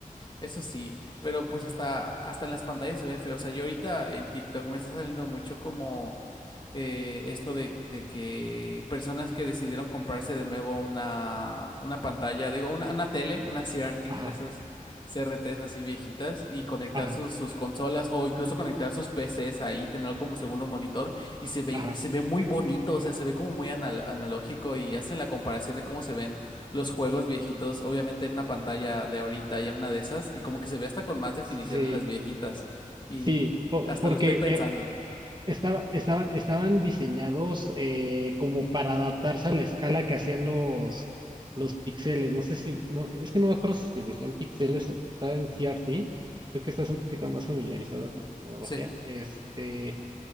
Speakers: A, on the left; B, on the right.
A: Eso sí, pero pues hasta, hasta en las pantallas se ve feo. O sea, yo ahorita en TikTok me está saliendo mucho como eh, esto de, de que personas que decidieron comprarse de nuevo una, una pantalla, digo, una, una tele, una CRT,
B: Ajá,
A: de esas CRTs así viejitas, y conectar
B: ajá,
A: sus, sus consolas o incluso conectar sus PCs ahí, tenerlo como segundo monitor, y se ve,
B: ajá.
A: se ve muy bonito, o sea, se ve como muy anal- analógico y hacen la comparación de cómo se ven los juegos viejitos, obviamente en una pantalla de ahorita y en una de esas, y como que se ve hasta con más definición
B: Sí,
A: en las viejitas, y
B: sí, po-
A: hasta
B: porque
A: lo estoy pensando.
B: eh,
A: Ajá.
B: Estaba- estaban, estaban diseñados eh, como para adaptarse a la escala que hacían los, los píxeles. No sé si, no, es que no me acuerdo si se decían píxeles en, estaba en CRT.
A: Ujú.
B: Creo que estás un poquito más familiarizado con la tecnología.
A: Sí.
B: Este,